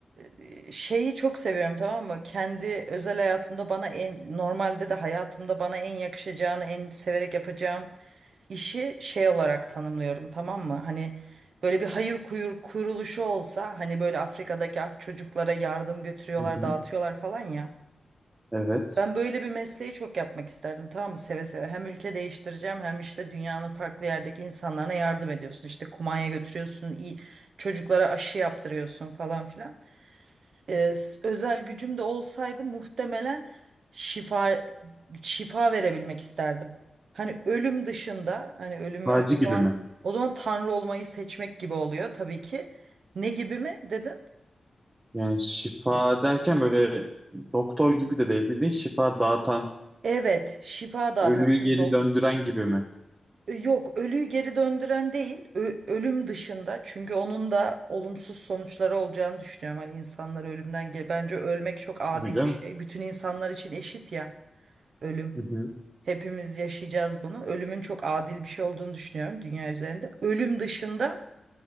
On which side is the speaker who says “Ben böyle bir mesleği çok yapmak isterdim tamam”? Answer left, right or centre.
Right